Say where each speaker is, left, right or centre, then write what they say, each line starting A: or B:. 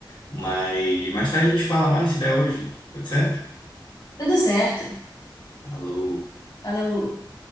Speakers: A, on the left; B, on the left.
A: mas mais tarde a gente fala mais se der hoje. Pode ser?
B: Tudo certo.
A: Alô.
B: falou